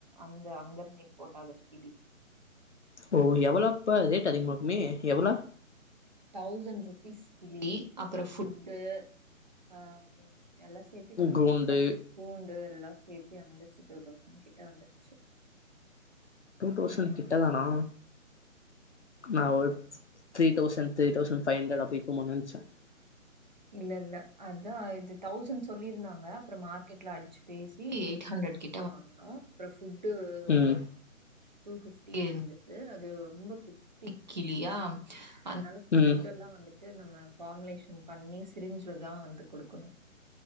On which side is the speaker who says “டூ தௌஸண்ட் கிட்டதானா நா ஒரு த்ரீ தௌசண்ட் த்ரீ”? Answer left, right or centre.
Left